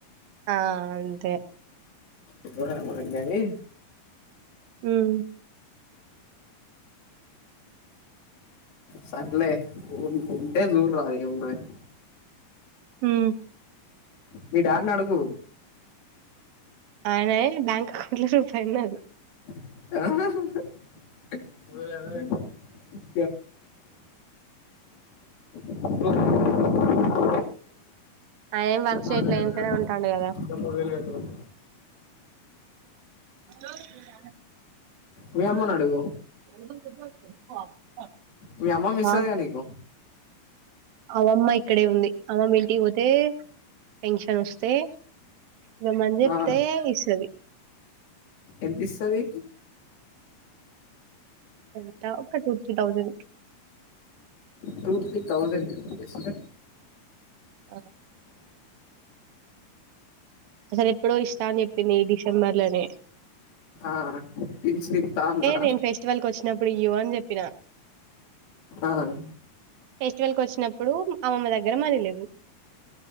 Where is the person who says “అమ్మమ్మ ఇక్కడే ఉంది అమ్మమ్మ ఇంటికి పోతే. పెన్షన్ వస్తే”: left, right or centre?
Right